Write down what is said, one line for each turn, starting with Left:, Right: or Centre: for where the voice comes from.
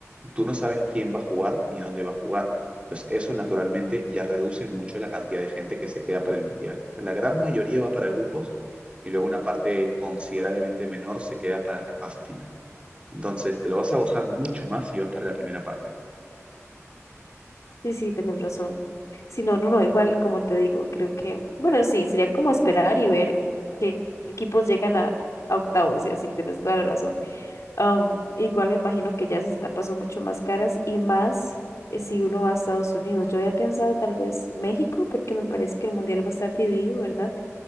Right: tú no sabes quién va a jugar ni dónde va a jugar. Entonces, eso naturalmente ya reduce mucho la cantidad de gente que se queda para el mundial. Pues, La gran mayoría va para grupos y luego una parte considerablemente menor se queda para la fase final. Entonces, te lo vas a gozar mucho más si vas para la primera parte.
Left: Sí, sí, tenés razón. Sí, no, no, no, igual, como te digo, creo que, bueno, sí, sería como esperar y ver qué equipos llegan a, a octavos, y así, tienes toda la razón. Um, igual me imagino que ya esas etapas son mucho más caras y más eh, si uno va a Estados Unidos. Yo había pensado tal vez México, porque me parece que el mundial va a estar dividido, ¿verdad?